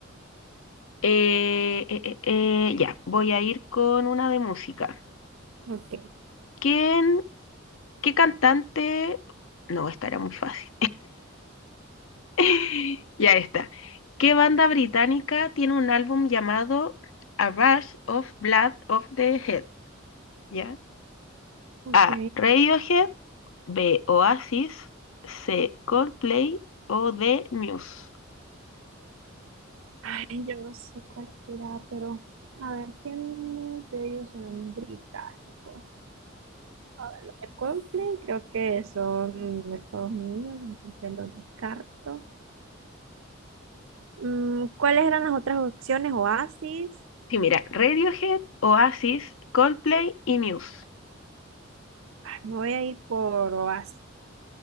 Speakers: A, on the left; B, on the right.
A: Eh, eh, eh, eh, ya, voy a ir con una de música.
B: Ok,
A: ¿Quién, qué cantante? No, esta era muy fácil. <laughs> Ya está. ¿Qué banda británica tiene un álbum llamado A Rush of Blood of the Head? ¿Ya?
B: ok.
A: A. Radiohead. B. Oasis. C. Coldplay. O D. Muse.
B: Ay, yo no sé cuál será, pero a ver, ¿quiénes de ellos eran británicos? A ver, los de Coldplay creo que son de Estados Unidos, entonces los descarto. Mm, ¿cuáles eran las otras opciones? Oasis.
A: Sí, mira, Radiohead, Oasis, Coldplay y Muse.
B: Ay, Me voy a ir por Oasis.